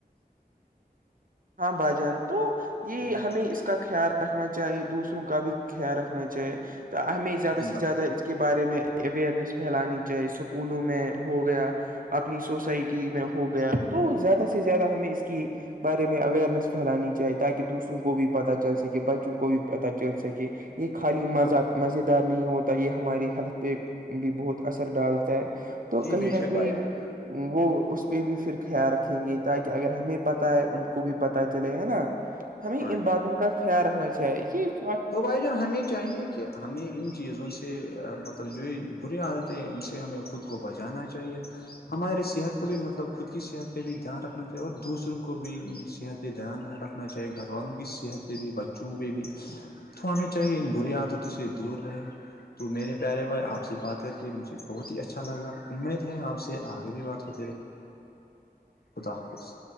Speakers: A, on the right (about 60°); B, on the left (about 75°).
A: ہاں بھائی جان تو
B: جی
A: یہ
B: صحیح فرمایا
A: ہمیں اس کا خیال رکھنا چاہے دوسروں کا بھی خیال رکھنا چاہے تو ہمیں زیادہ
B: جی
A: سے
B: بھائی
A: زیادہ کے بارے میں اوئرنیس پھیلانی چاہی اسکولوں میں ہو گیا اپنی سوسائٹی میں ہو گیا تو زیادہ سے زیادہ ہمیں اس کی بارے میں اوئیرنیس پھیلانی چاہے تاکہ دوسروں کو بھی پتہ چل سکے بچوں کو بھی پتہ چل سکے یہ خالی مزہ مزیدار نہیں ہوتا یہ ہمارے ہیلتھ پہ بھی بہت اثر ڈالتا ہے
B: جان،
A: تو
B: جی
A: کہئی
B: بے
A: نہ
B: شک
A: کہئی
B: بھائی جان
A: وہ اس پہ بھی پھر خیال رکھیں گے تاکہ اگر ہمیں پتہ ہے ان کو بھی پتا چلے گ ہے نا ہمیں
B: ہاں
A: ان
B: جی
A: باتوں کا خیال رکھنا چاہیے کہ
B: تو بھائی جان ہمیں چاہیے کیا ہمیں ان چیزوں سے مطلب جو بری عادتیں ان سے ہمیں خود کو بچانا چاہیے ہمارے صحت کو بھی مطلب خود کی صحت پہ بھی دھیان رکھنا چاہیے اور دوسروں کو بھی صحت پہ دھیان نہیں رکھنا چاہیے گھر والوں کی صحت پہ بھی بچوں پہ بھی تو ہمیں چاہے برییادوں سے دور رہے تو میرے پیارے بھائی آپ سے بات کر کے مجھے بہت ہی اچھا لگا امید ہے آپ سے آخری بھی بات ہو خدا حافظ